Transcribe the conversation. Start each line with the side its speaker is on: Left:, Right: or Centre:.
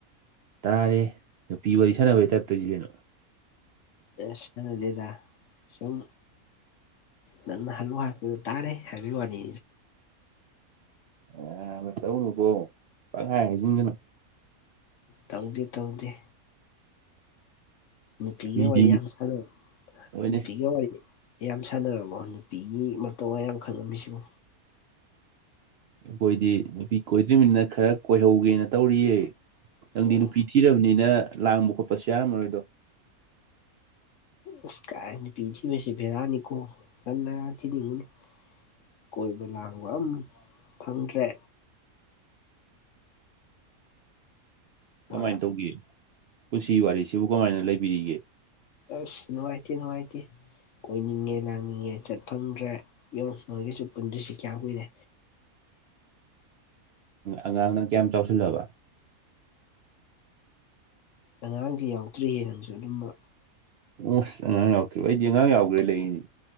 Right: ꯇꯥꯔꯦ ꯅꯨꯄꯤ ꯋꯥꯔꯤ ꯁꯥꯟꯅꯕꯩ ꯇꯥꯏꯞꯇꯁꯤ ꯀꯩꯅꯣ
Left: ꯑꯦꯁꯗꯗ ꯁꯨꯝ ꯅ ꯍꯜꯂꯨ ꯍꯥ ꯇꯥꯔꯦ ꯍꯥꯏꯕꯤ ꯋꯥꯅꯤ
Right: ꯑ ꯅꯠꯇꯧꯅꯨꯕꯣ ꯄꯪꯉꯥꯏ ꯍꯥꯏꯁꯤꯟꯗꯅ
Left: ꯇꯧꯗꯦ ꯇꯧꯗꯦ ꯅꯨꯄꯤꯒ
Right: ꯃꯤꯗꯤ
Left: ꯋꯥꯔꯤ ꯌꯥꯝ ꯁꯥꯟꯅꯕ
Right: ꯍꯣꯏꯅꯦ
Left: ꯅꯨꯄꯤꯒꯤ ꯋꯥꯔꯤ ꯌꯥꯝ ꯁꯥꯟꯅꯔꯕꯣ ꯅꯨꯄꯤꯒꯤ ꯃꯇꯧ ꯃꯌꯥꯝ ꯈꯪꯉꯝꯃꯤꯁꯤꯕꯨ
Right: ꯑꯩꯈꯣꯏꯗꯤ ꯅꯨꯄꯤ ꯀꯣꯏꯗ꯭ꯔꯤꯕꯃꯤꯅꯤꯅ ꯈꯔ ꯀꯣꯏꯍꯧꯒꯦꯅ ꯇꯧꯔꯤꯌꯦ ꯅꯪꯗꯤ
Left: ꯑꯣ
Right: ꯅꯨꯄꯤ ꯊꯤꯔꯕꯅꯤꯅ ꯂꯥꯡꯕ ꯈꯣꯠꯄꯁꯨ ꯌꯥꯔꯝꯃꯔꯣꯏꯗꯣ
Left: ꯑꯁ ꯀꯥꯏꯅ ꯄꯤꯊꯁꯤ ꯐꯦꯔꯥꯑꯅꯤꯀꯣ ꯀ ꯊꯤꯅꯤꯡꯉꯅꯤ ꯀꯣꯏꯕ ꯂꯥꯡꯕ ꯑꯃ ꯐꯪꯗ꯭ꯔꯦ ꯄꯨꯔꯥ
Right: ꯀꯃꯥꯏꯅ ꯇꯧꯒꯦ ꯄꯨꯟꯁꯤ ꯋꯥꯔꯤꯁꯤꯕꯨ ꯀꯃꯥꯏꯅ ꯂꯩꯕꯤꯔꯤꯒꯦ
Left: ꯑꯁ ꯅꯨꯡꯉꯥꯏꯇ ꯅꯨꯡꯉꯥꯏꯇ ꯀꯣꯏꯅꯤꯡꯉꯦ ꯂꯥꯡꯅꯤꯡꯉꯦ ꯆꯠ ꯐꯪꯗ꯭ꯔꯦ ꯌ ꯃꯣꯏꯒꯤꯁꯨ ꯄꯨꯟꯗ꯭ꯔꯤꯁꯤ ꯀꯌꯥꯝ ꯀꯨꯏꯔꯦ
Right: ꯑꯉꯥꯡ ꯅꯪ ꯀꯌꯥꯝ ꯆꯥꯎꯁꯤꯜꯂꯕ
Left: ꯑꯉꯥꯡꯗꯤ ꯌꯥꯎꯗ꯭ꯔꯤ ꯍꯦꯅꯁꯨ ꯑꯗꯨꯝꯕ
Right: ꯑꯣꯃꯣꯁ ꯑꯉꯥꯡ ꯌꯥꯎꯗ꯭ꯔꯤꯕ ꯑꯩꯗꯤ ꯑꯉꯥꯡ ꯌꯥꯎꯗ꯭ꯔꯦ ꯂꯩꯔꯤꯅꯤ